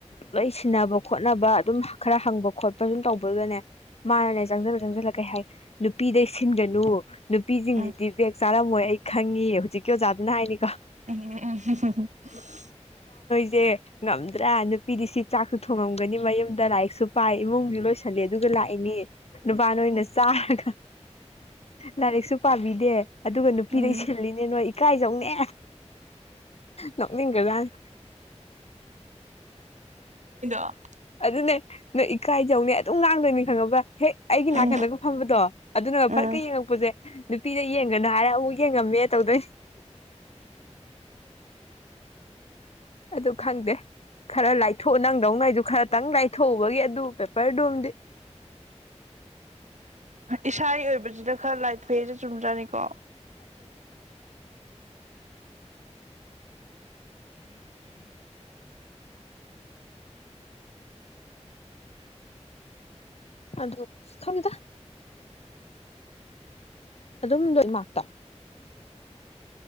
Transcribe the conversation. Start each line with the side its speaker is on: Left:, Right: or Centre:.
Left: ꯂꯣꯏ ꯁꯤꯟꯅꯕ ꯈꯣꯠꯅꯕ ꯑꯗꯨꯝ ꯈꯔ ꯍꯪꯕ ꯈꯣꯠꯄ ꯑꯗꯨꯝ ꯇꯧꯕꯗꯨꯒꯅꯦ ꯃꯥꯅꯅꯦ ꯆꯪꯁꯤꯜꯂ ꯆꯪꯁꯤꯜꯂ ꯀꯩ ꯍꯥꯏ ꯅꯨꯄꯤꯗꯩ ꯁꯤꯟꯒꯅꯨ ꯅꯨꯄꯤꯖꯤꯡꯁꯤꯗꯤ
Right: ꯎꯝ
Left: ꯖꯦꯛ ꯆꯥꯔꯝꯃꯣꯏ ꯑꯩ ꯈꯪꯉꯤ ꯍꯧꯖꯤꯛꯀꯤ ꯑꯣꯖꯥꯗꯨꯅ ꯍꯥꯏꯅꯤ
Right: <inaudible>
Left: ꯁꯦ ꯉꯝꯗ꯭ꯔꯥ ꯅꯨꯄꯤꯗꯤ ꯁꯤ ꯆꯥꯛꯁꯨ ꯊꯣꯡꯉꯝꯒꯅꯤ ꯃꯌꯨꯝꯗ ꯂꯥꯏꯔꯤꯛꯁꯨ ꯄꯥꯏ ꯏꯃꯨꯡꯖꯨ ꯂꯣꯏꯁꯤꯜꯂꯤ ꯑꯗꯨꯒ ꯂꯥꯛꯏ ꯑꯩꯅꯦ ꯅꯨꯄꯥ ꯅꯣꯏꯅ ꯆꯥꯔꯒ ꯂꯥꯏꯔꯤꯛꯁꯨ ꯄꯥꯕꯤꯗꯦ ꯑꯗꯨꯒ ꯅꯨꯄꯤꯗꯩ
Right: ꯎꯝ
Left: ꯁꯤꯜꯂꯤꯅꯦ ꯅꯣꯏ ꯏꯀꯥꯏꯖꯧꯅꯦ ꯅꯣꯛꯅꯤꯡꯒꯖꯥꯅꯤ
Right: ꯇ
Left: ꯑꯗꯨꯅꯦ ꯅꯣꯏ ꯏꯀꯥꯏꯖꯧꯅꯦ ꯑꯗꯨꯝ ꯉꯥꯡꯗꯣꯏꯅꯤ ꯈꯪꯉꯕ꯭ꯔ ꯍꯦꯛ ꯑꯩꯒꯤ ꯅꯥꯀꯟꯗꯒ
Right: ꯎꯝ
Left: ꯐꯝꯕꯗꯣ ꯑꯗꯨꯅꯒ ꯐꯔꯠꯀ
Right: ꯎꯝ
Left: ꯌꯦꯡꯉꯛꯄꯁꯦ ꯅꯨꯄꯤꯗ ꯌꯦꯡꯒꯅꯨ ꯍꯥꯏꯔꯦ ꯑꯃꯨꯛ ꯌꯦꯡꯉꯝꯃꯦ ꯇꯧꯗꯣꯏꯅꯤ ꯑꯗꯨ ꯈꯪꯗꯦ ꯈꯔ ꯂꯥꯏꯊꯣꯛ ꯅꯪꯗꯧꯉꯩꯗꯨ ꯈꯔꯇꯪ ꯂꯥꯏꯊꯣꯛꯎꯕꯒꯤ ꯑꯗꯨ ꯄꯦꯄꯔꯗꯨꯝꯗꯤ
Right: ꯏꯁꯥꯒꯤ ꯑꯣꯏꯕꯁꯤꯗ ꯈꯔ ꯂꯥꯏꯠ ꯐ ꯆꯨꯝꯗ꯭ꯔꯥꯅꯤꯀꯣ
Left: ꯑꯗꯨꯗ ꯁꯤ ꯈꯝꯗ ꯑꯗꯨꯝ ꯂꯃꯥꯛꯛꯇ